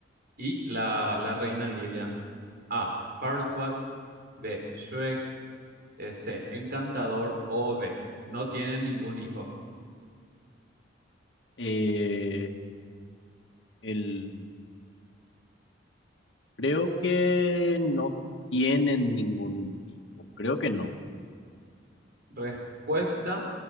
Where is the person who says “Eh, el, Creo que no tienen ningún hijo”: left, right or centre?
Left